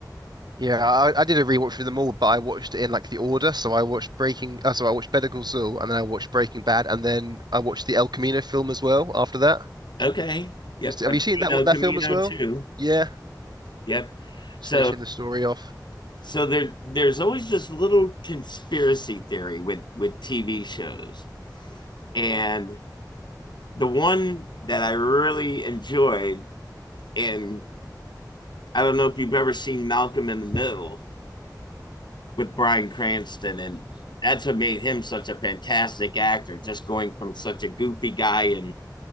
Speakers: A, on the right (about 70°); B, on the left (about 85°).
A: Yeah, I, I did a rewatch through them all, but I watched it in like the order. So I watched Breaking, uh, so I watched Better Call Saul, and then I watched Breaking Bad, and then I watched the El Camino film as well. After that,
B: okay. Yep.
A: just have
B: I've
A: you
B: seen
A: seen that
B: El
A: that
B: Camino
A: film as well?
B: too.
A: Yeah,
B: Yep. So,
A: just finishing the story off.
B: so there, there's always this little conspiracy theory with, with TV shows. And the one that I really enjoyed, and I don't know if you've ever seen Malcolm in the Middle with Bryan Cranston, and that's what made him such a fantastic actor, just going from such a goofy guy in